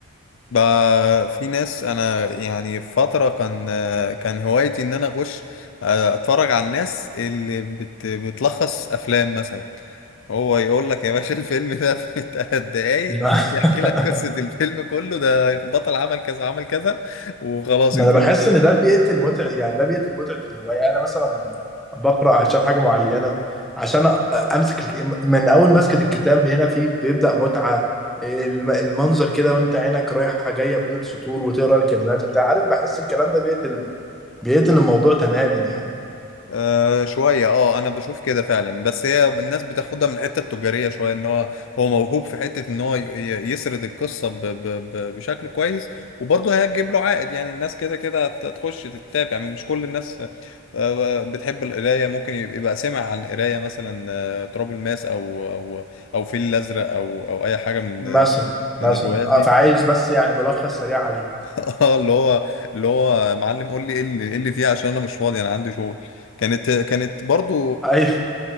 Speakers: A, on the left; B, in the centre.
A: بقى في ناس انا يعني في فترة كان آه، كان هوايتي ان انا اخش آه، اتفرج على الناس اللي بت بتلخص افلام مثلا هو يقول لك يا باشا <laughs> الفيلم ده في <laughs> ثلاث دقايق
B: <laughs>
A: يحكي لك قصة الفيلم كله ده البطل عمل كذا عمل كذا وخلاص
B: ما
A: الفيلم
B: انا بحس
A: كله
B: ان ده بيقتل متعه يعني ده بيقتل متعه الهوايه انا مثلا بقرا عشان حاجه معينه عشان أ- امسك الك- من اول مسكه الكتاب هنا في بيبدا متعه الم- المنظر كده وانت عينك رايحه جايه بين السطور وتقرا الكلمات وبتاع عارف بحس الكلام ده بيقتل بيقتل الموضوع تماما يعني
A: آه شوية اه انا بشوف كده فعلا بس هي الناس بتاخدها من الحتة التجارية شوية ان هو هو موهوب في حتة ان هو ي- ي- يسرد القصة ب ب ب بشكل كويس وبرضه هيجيب له عائد يعني الناس كده كده هت- هتخش تتابع يعني مش كل الناس آه بتحب القراية ممكن يب- يبقى سمع عن القراية مثلا آه، تراب الماس او او او فيل الازرق او او اي حاجة من
B: مثلا
A: من
B: مثلا
A: الروايات دي
B: آه، فعايز بس يعني ملخص سريع عليه
A: <laughs> اه اللي هو اللي هو معلم قول لي ايه اللي إيه اللي فيها عشان انا مش فاضي انا عندي شغل كانت كانت برضو
B: ايوه